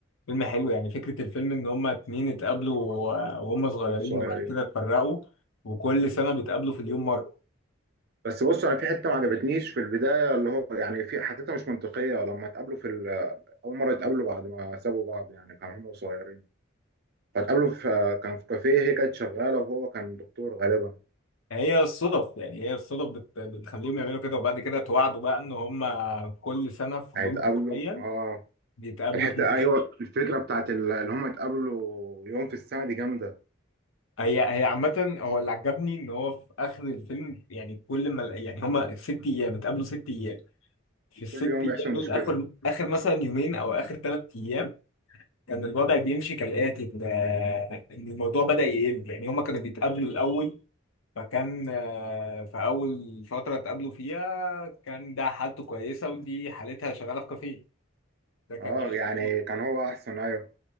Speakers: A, on the left (about 80°); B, on the right (about 50°).
A: فيلم حلو يعني فكره الفيلم ان هما اتنين اتقابلوا و- وهم صغيرين
B: مش صغيرين
A: وبعد كده اتفرقوا وكل سنه بيتقابلوا في اليوم مره
B: بس بص انا في حته ما عجبتنيش في البدايه اللي هو يعني في حتتها مش منطقيه لما اتقابلوا في ال- اول مره اتقابلوا بعد ما سابوا بعض يعني كانوا هم صغيرين فاتقابلوا في كان في كافيه هي كانت شغاله وهو كان دكتور غالبا
A: هي الصدف يعني هي الصدف بت... بتخليهم يعملوا كده وبعد كده اتوعدوا بقى ان هم كل سنه في يوم
B: هيتقابلوا
A: معين
B: اه
A: بيتقابلوا
B: الحته
A: فيه
B: ايوه الفكره بتاعت ال- اللي هم اتقابلوا يوم في السنه دي جامده
A: هي هي عامة هو اللي عجبني ان هو في اخر الفيلم يعني كل ما يعني هما ست ايام اتقابلوا ست ايام في الست
B: كل يوم
A: ايام
B: بيحصل مشكله
A: دول اخر اخر مثلا يومين او اخر ثلاث ايام كان الوضع بيمشي كالاتي ان إن الموضوع بدأ يقل يعني هما كانوا بيتقابلوا الاول فكان آه، في اول فترة اتقابلوا فيها كان ده حالته كويسة ودي حالتها شغالة في كافيه ده كان
B: اه
A: شغله.
B: يعني كان هو احسن ايوه